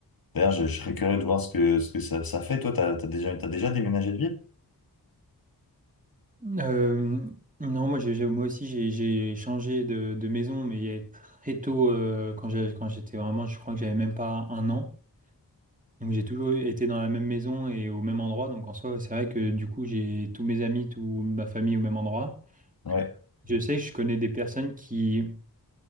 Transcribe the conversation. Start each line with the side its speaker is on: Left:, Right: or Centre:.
Left: D'ailleurs, je, je serais curieux de voir ce que ce que ça, ça fait. Toi, t'as, t'as déjà, t'as déjà déménagé de ville?
Right: Euh, non, moi, j'ai, j'ai- moi aussi, j'ai j'ai changé de, de maison, mais il y a très tôt, euh, quand j'ai- quand j'étais vraiment, je crois que j'avais même pas un an. Donc, j'ai toujours été dans la même maison et au même endroit. Donc, en soi, c'est vrai que du coup, j'ai tous mes amis, toute ma famille au même endroit.
Left: Ouais,
Right: Je sais que je connais des personnes qui,